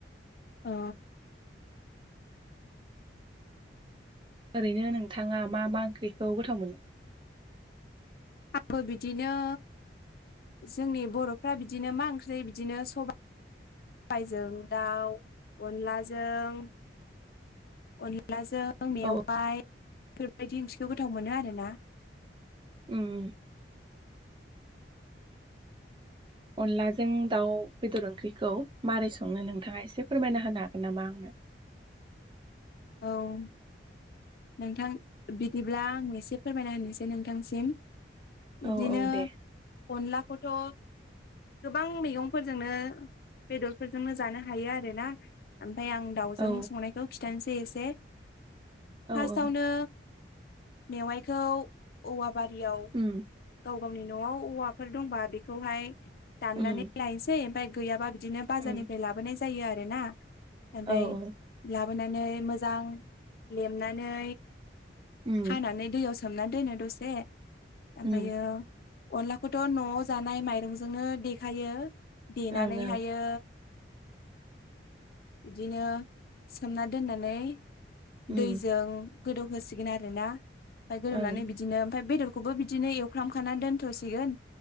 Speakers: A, on the left; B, on the right.
A: औ।
B: ओरैनो नोंथाङा मा मा ओंख्रिखौ गोथाव मोनो?
A: आंबो बिदिनो जोंनि बर'फ्रा बिदिनो मा ओंख्रि बिदिनो सबा बाइजों दाउ अनलाजों अनलाजों मेवाइ
B: औ
A: बेफोरबायदि ओंख्रिखौ गोथाव मोनो आरोना।
B: उम अनलाजों दाउ बेदर ओंख्रिखौ मारै सङो नोंथाङा एसे फोरमायना होनो हागोन नामा आंनो?
A: औ। नोंथां बिदिब्ला आंनो एसे फोरमायना होनोसै नोंथांसिम। बिदिनो
B: औ औ दे
A: अनलाखौथ' गोबां मैगंफोरजोंनो बेदरफोरजोंनो जानो हायो आरोना ओमफ्राय आं दावजों
B: औ
A: संनायखौ खिथानिसै एसे
B: औ
A: फासथावनो
B: औ
A: मेवाइखौ औवा बारियाव
B: उम
A: गाव गावनि न'आव औवाफोर दंबा बेखौहाय दाननानै
B: उम
A: लायनोसै ओमफाय गैयाबा बिदिनो बाजारनिफ्राय
B: उम
A: लाबोनाय जायो आरोना ओमफ्राय
B: औ औ
A: लाबोनानै मोजां लेमनानै
B: उम
A: हानानै दैआव सो सोमना दोनो दसे ओमफायो
B: उम
A: अनलाखौथ' न'आव जानाय माइरं'जोंनो देखायो देनानैहायो
B: ओं ओं
A: बिदिनो सोमना दोननानै
B: उम
A: दैजों गोदौहोसिगोन आरोना आमफाय गोदौनानै
B: ओं
A: बिदि बिदिनो ओमफाय बेदरखौबो बिदिनो एवफ्राम खानानै दोनथ'सिगोन